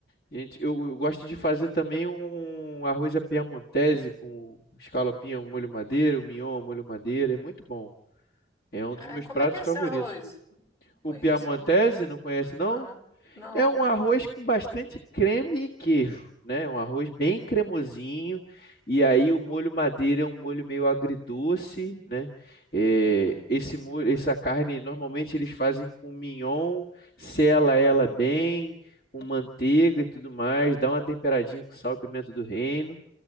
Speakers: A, on the left; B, on the left.
A: gente, eu, eu gosto de fazer também um um arroz à piamontese com escalopinha, ao molho madeira, o mignon, ao molho madeira. É muito bom. É um
B: É,
A: dos meus
B: como
A: pratos
B: é que é esse
A: favoritos.
B: arroz? Não conheço,
A: O piamontese,
B: não.
A: não conhece, não?
B: Ah, não.
A: É um arroz com bastante creme e queijo, né? Um arroz bem cremosinho. E aí o molho madeira é um molho meio agridoce, né? É,
B: Uhum,
A: esse molho, essa carne normalmente eles fazem com mignon, sela ela bem, com manteiga e tudo mais, dá uma temperadinha com sal e pimenta do reino.